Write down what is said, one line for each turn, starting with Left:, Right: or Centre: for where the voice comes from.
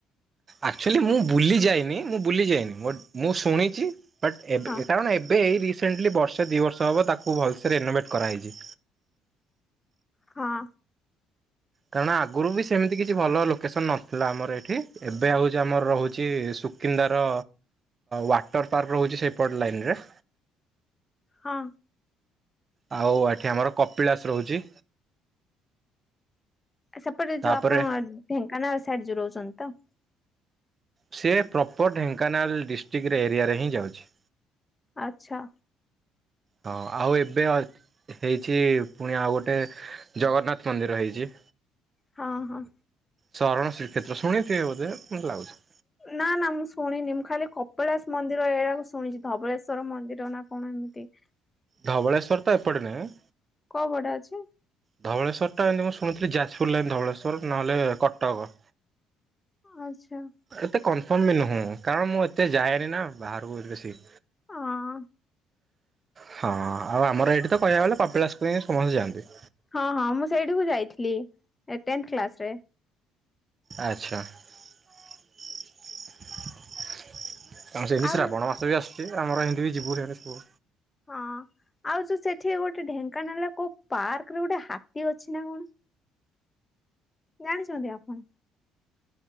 Right: ଆକ୍ଚୋଲି ମୁଁ ବୁଲି ଯାଇନି ମୁଁ ବୁଲି ଯାଇନି ବଟ ମୁଁ ଶୁଣିଛି। ବଟ୍ ଏବେ
Left: ହଁ
Right: କାରଣ ଏବେ ଏଇ ରିସେଣ୍ଟଲି ବର୍ଷେ ଦିଇ ବର୍ଷ ହବ ତାକୁ ଭଲସେ ରେନୋଭେଟ୍ କରାହେଇଛି।
Left: ହଁ।
Right: କାରଣ ଆଗରୁ ବି ସେମିତି କିଛି ଭଲ ଲୋକେସନ ନଥିଲା ଆମର ଏଠି ଏବେ ହଉଛି ଆମର ରହୁଛି କିନ୍ଦାର ୱାଟର ପାର୍କ ରହୁଛି ସେଇପଟ ଲାଇନରେ।
Left: ହଁ।
Right: ଆଉ ଏଠି ଆମର କପିଳାସ ରହୁଛି।
Left: ସେପଟେ
Right: ତାପରେ
Left: ଯୋଉ ଆପଣ ଢେଙ୍କାନାଳ ସାଇଡ ଯୋଉ ରହୁଛନ୍ତି ତ?
Right: ସେ ପ୍ରପର ଢେଙ୍କାନାଳ ଡିଷ୍ଟ୍ରିକ୍ଟରେ ଏରିଆରେ ହିଁ ଯାଉଛି।
Left: ଆଚ୍ଛା।
Right: ହଁ ଆଉ ଏବେ ଅ ହେଇଛି ପୁଣି ଆଉ ଗୋଟେ ଜଗନ୍ନାଥ ମନ୍ଦିର ହେଇଛି।
Left: ହଁ ହଁ।
Right: ଶରଣ ଶ୍ରୀକ୍ଷେତ୍ର ଶୁଣିଥିବେ ବୋଧେ ମତେ ଲାଗୁଛି।
Left: ନା ନା ମୁଁ ଶୁଣିନି ମୁଁ ଖାଲି କପିଳାସ ମନ୍ଦିର ଏଆକୁ ଶୁଣିଛି ଧବଳେଶ୍ଵର ମନ୍ଦିର ନା କଣ ଏମିତି।
Right: ଧବଳେଶ୍ୱର ତ ଏପଟେ ନାହିଁ।
Left: କୋଉ ପଟେ ଅଛି?
Right: ଧବଳେଶ୍ୱର ଟା ଏମିତି ମୁଁ ଶୁଣିଥିଲି ଯାଜପୁର ଲାଇନ୍ ଧବଳେଶ୍ୱର ନହେଲେ କଟକ।
Left: ଆଚ୍ଛା।
Right: ଏତେ କନଫର୍ମ ବି ନୁହଁ କାରଣ ମୁଁ ଏତେ ଯାଏନି ନା ବାହାରକୁ ବେଶୀ।
Left: ହଁ।
Right: ହଁ ଆଉ ଆମର ଏଇଠି ତ କହିବାକୁ ଗଲେ କପିଳାସକୁ ହିଁ ସମସ୍ତେ ଯାଆନ୍ତି।
Left: ହଁ ହଁ ମୁଁ ସେଇଠିକୁ ଯାଇଥିଲି ଏ ଟେନ୍ଥ କ୍ଲାସ ରେ।
Right: ଆଚ୍ଛା। <unintelligible>
Left: ଆଉ
Right: ଶ୍ରାବଣ ମାସ ବି ଆସୁଛି ଆମର ଏମିତି ବି ଯିବୁ <unintelligible>
Left: ହଁ ଆଉ ଯୋଉ ସେଠି ଗୋଟେ ଢେଙ୍କାନାଳ ରେ କୋଉ ପାର୍କ ରେ ଗୋଟେ ହାତୀ ଅଛି ନା କଣ? ଜାଣିଛନ୍ତି ଆପଣ?